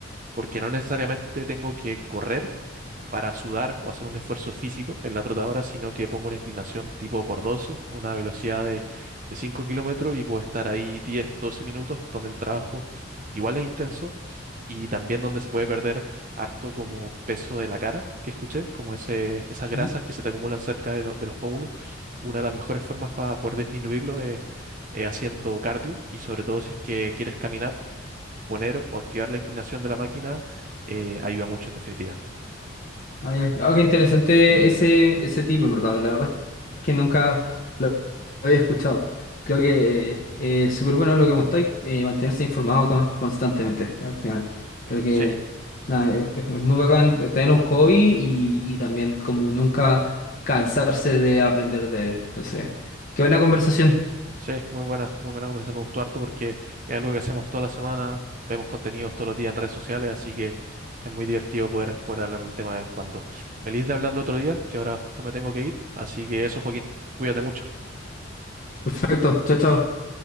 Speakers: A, on the right (about 40°); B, on the left (about 40°).
A: porque no necesariamente tengo que correr para sudar o hacer un esfuerzo físico en la trotadora, sino que pongo una inclinación tipo por 12, una velocidad de, de 5 kilómetros y puedo estar ahí 10, 12 minutos donde el trabajo igual es intenso y también donde se puede perder harto como peso de la cara, que escuché, como ese, esas grasas
B: mm.
A: que se te acumulan cerca de, lo- de los pómulos. Una de las mejores formas para poder disminuirlo es eh, haciendo cardio y sobre todo si es que quieres caminar, poner o activar la inclinación de la máquina eh, ayuda mucho en definitiva.
B: Ah, ya. Ah, qué interesante ese, ese tipo, en verdad. La verdad es que nunca lo había escuchado. Creo que eh, es súper bueno lo que contáis, eh, mantenerse informado con- constantemente al final. Creo que
A: Sí.
B: nada, es, es muy bacán tener un hobby y, y también como nunca cansarse de aprender de él. Entonces, qué buena conversación.
A: Sí, muy buena, muy buena conversación. Me gustó harto porque es algo que hacemos toda la semana, vemos contenidos todos los días en redes sociales, así que es muy divertido poder, poder hablar del tema de vez en cuando. Feliz de hablarlo otro día, que ahora justo me tengo que ir. Así que eso, Joaquín, cuídate mucho.
B: Perfecto, chao, chao.